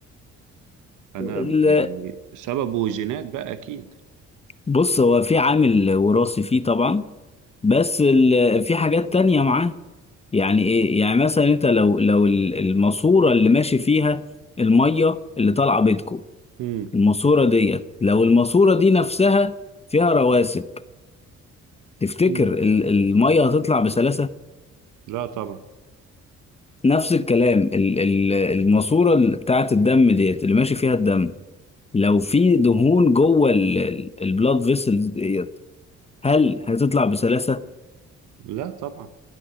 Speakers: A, on the right; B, on the left.
A: انا
B: ال-
A: يعني سببه جينات بقى اكيد
B: بص هو في عامل وراثي فيه طبعا بس ال- في حاجات تانية معاه يعني ايه؟ يعني مثلا انت لو لو ال- الماسورة اللي ماشي فيها المية اللي طالعة بيتكم
A: مم.
B: الماسورة ديت لو الماسورة دي نفسها فيها رواسب تفتكر
A: مم.
B: ال- المية هتطلع بسلاسة؟
A: لا طبعا
B: نفس الكلام ال- ال- الماسورة ال- بتاعة الدم ديت اللي ماشي فيها الدم لو في دهون جوه البلاد فيسلز ديت هل هتطلع بسلاسة؟
A: لا طبعا